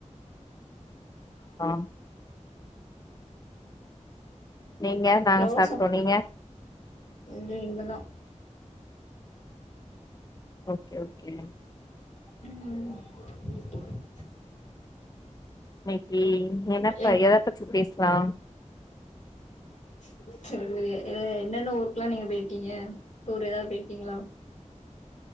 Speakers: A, on the left; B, on the left.
A: ஆ நீங்க நாங்க
B: க்ளோஸ்சா
A: சாப்ட்டோ நீங்க
B: லே இன்மேதா
A: ஓகே ஓகே
B: உம்
A: இன்னிக்கு எதப்ப
B: எங்
A: எதபத்தி பேசலா
B: <unintelligible> என்னென்ன ஊருக்கெல்லா நீங்க போயிருக்கீங்க டூர் ஏதாவத் போயிருக்கீங்களா